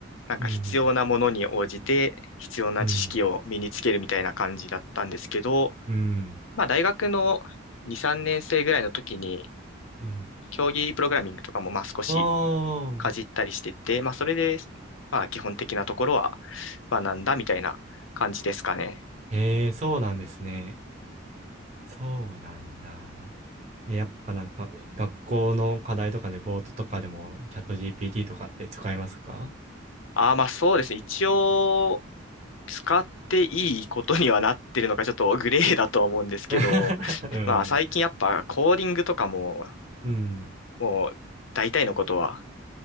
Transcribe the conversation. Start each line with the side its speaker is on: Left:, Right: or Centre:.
Left: なんか必要なものに応じて、
Right: うん、
Left: 必要な知識を身につけるみたいな感じだったんですけど、
Right: うん、うん、
Left: まあ、大学の2、3年生ぐらいの時に、
Right: うん。
Left: 競技プログラミングとかもまあ少し
Right: ああ、
Left: かじったりしてて、まあ、それで、まあ、基本的なところは学んだみたいな感じですかね。
Right: ええ、そうなんですね。そうなんだ。えやっぱなんか学校の課題とかでボートとかでもチャット GPT とかって使いますか
Left: ああ、まあそうですね。一応、使っていいことにはなってるのか、ちょっとグレーだと思うんですけど、
Right: <laughs>
Left: <laughs>
Right: うん、
Left: まあ最近やっぱコーディングとかも、
Right: うん、
Left: もう大体のことは